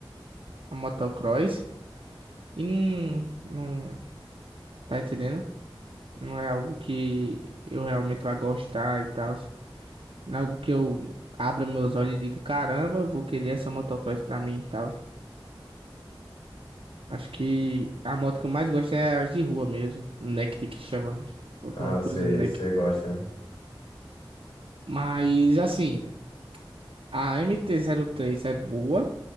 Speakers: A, on the right; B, on the left.
A: a motocross. E não, não. Tá entendendo? Não é algo que eu realmente vá gostar e tal. Não é algo que eu abra meus olhos e diga: caramba, eu vou querer essa motocross pra mim e tal. Acho que a moto que eu mais gosto é as de rua mesmo. Naked que chama. Alguma
B: Ah, você,
A: coisa Naked.
B: você gosta, né?
A: Mas assim, a mt três é boa.